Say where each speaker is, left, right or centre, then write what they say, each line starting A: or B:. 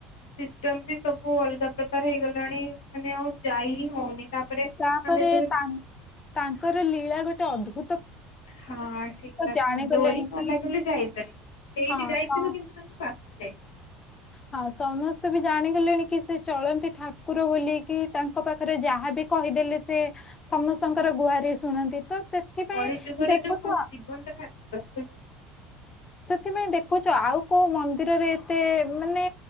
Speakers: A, on the left; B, on the left.
A: ସିଷ୍ଟମ ବି ସବୁ ଅଲଗା ପ୍ରକାର ହେଇଗଲାଣି ମାନେ ଆଉ ଯାଇ ହିଁ ହଉନି। ତାପରେ
B: ତାପରେ
A: ଆମେ ଯେତେବେଳେ
B: ତାଙ୍କ ତାଙ୍କର ଲୀଳା ଗୋଟେ ଅଦ୍ଭୁ
A: ହଁ ଠିକ୍ କଥା
B: ଜାଣିଗଲେଣି
A: ଡୋରି
B: କି
A: ନଲାଗିଲେ ଯାଇପାରିବନି ସେଇଠି
B: ହଁ
A: ଯାଇଥିବ
B: ତ
A: କିନ୍ତୁ ତାଙ୍କ ପାଖ <inaudible>
B: ହଁ ସମସ୍ତେ ବି ଜାଣିଗଲେଣି କି ସେ ଚଳନ୍ତି ଠାକୁର ବୋଲି କି ତାଙ୍କ ପାଖରେ ଯାହାବି କହିଦେଲେ ସେ ସମସ୍ତଙ୍କର ଗୁହାରି ଶୁଣନ୍ତି। ତ ସେଥିପାଇଁ
A: କଳି ଯୁଗରେ
B: ଦେଖୁଛ
A: ଯୋଉ କହନ୍ତି ଜୀବନ୍ତ ଠାକୁର
B: ସେଇଥିପାଇଁ ଦେଖୁଛ ଆଉ କୋଉ ମନ୍ଦିରରେ ଏତେ ମାନେ